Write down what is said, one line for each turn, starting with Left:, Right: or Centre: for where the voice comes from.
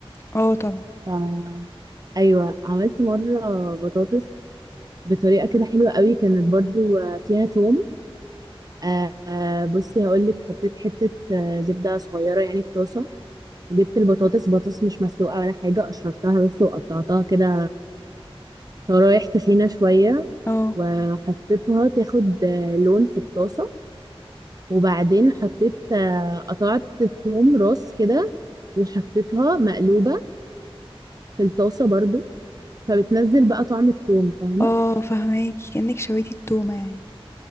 Left: اه طبعا
Right: ف ايوه عملت مرة بطاطس بطريقة كده حلوة قوي كانت برضو آه، فيها توم آه، آه، بصي هقولك حطيت حتة آه، زبدة صغيرة يعني في طاسة وجبت البطاطس بطاطس مش مسلوقة ولا حاجة قشرتها بس وقطعتها كده شرايح تخينة شوية
Left: اه
Right: وحطيتها تاخد آه، لون في الطاسة وبعدين حطيت آه، قطعت توم راس كده وحطيتها مقلوبة في الطاسة برضو فبتنزل بقى طعم التوم فاهمة
Left: اه فهماكي كأنك شويتي التومة يعني